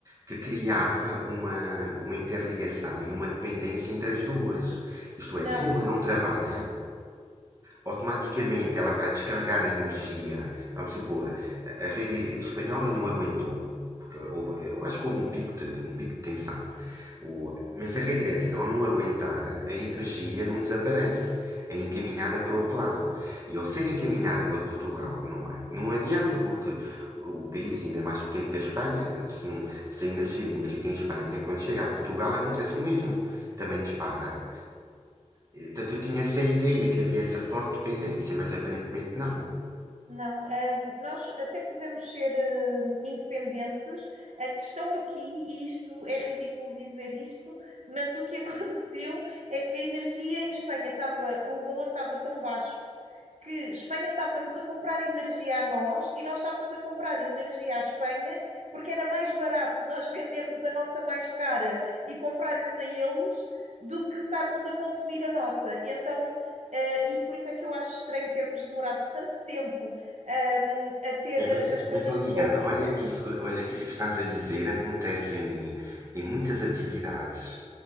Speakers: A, on the right; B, on the right.
A: que criava uma, uma interligação e uma dependência entre as duas. Isto
B: não,
A: é, se uma não trabalha, automaticamente ela vai descarregar a energia. Vamos supor, a rede espanhola não aguentou, porque houve- eu acho que houve um pico de, um pico de tensão. O- mas a rede elétrica, ao não aguentar, a energia não desaparece. É encaminhada para o outro lado. E ao ser encaminhada para Portugal, não é? Não adianta, porque o o país ainda é mais pequeno que a Espanha, portanto, se, não- se a energia não fica em Espanha, quando chega a Portugal acontece o mesmo. Também dispara Portanto, eu tinha essa ideia que havia essa forte dependência, mas aparentemente não.
B: não, ah, nós até podemos ser ah, independentes, a questão aqui, e isto é ridículo dizer isto, mas o que <laughs> aconteceu é que a energia em Espanha estava, o valor estava tão baixo que Espanha estava-nos a comprar energia a nós e nós estávamos a comprar energia à Espanha porque era mais barato nós vendermos a nossa mais cara e comprar-lhes a eles do que estarmos a consumir a nossa. Então, Uh, e por isso é que eu acho estranho termos demorado tanto tempo um, a ter
A: É,
B: eh,
A: mas,
B: as coisas
A: mas olha, Irana,
B: resolvidas,
A: olha que isso, que- olha que isso que estás a dizer acontece em, em muitas atividades